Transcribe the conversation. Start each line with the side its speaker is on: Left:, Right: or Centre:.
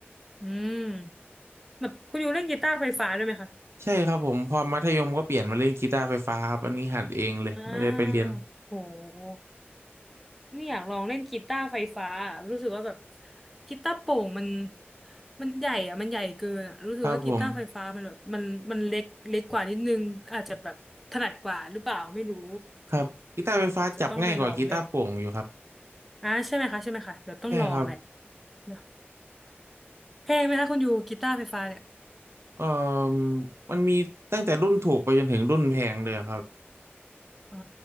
Centre: อืมแบบคุณอยู่เล่นกีตาร์ไฟฟ้าด้วยไหมคะ
Right: ใช่ครับผมพอมัธยมก็เปลี่ยนมาเล่นกีตาร์ไฟฟ้าครับอันนี้หัดเองเลยไม่ได้ไปเรียน
Centre: อ่าโหนี่อยากลองเล่นกีตาร์ไฟฟ้ารู้สึกว่าแบบกีตาร์โปร่งมันมันใหญ่อะมันใหญ่เกินอะรู้สึกว่ากีตาร์ไฟฟ้ามันแบบมันมันเล็กเล็กกว่านิดนึงอาจจะแบบถนัดกว่าหรือเปล่าไม่รู้
Right: ครับผมครับกีตาร์ไฟฟ้าจับง่ายกว่ากีตาร์โปร่งอยู่ครับ
Centre: เดี๋ยวจะจะต้องไปลองเล่นอ่าใช่ไหมคะใช่ไหมคะเดี๋ยวต้องลองแหละ
Right: ใช่ครับ
Centre: เดี๋ยวแพงไหมคะคุณอยู่กีตาร์ไฟฟ้าเนี่ย
Right: เอ่อมันมีตั้งแต่รุ่นถูกไปจนถึงรุ่นแพงเลยครับ
Centre: อ่า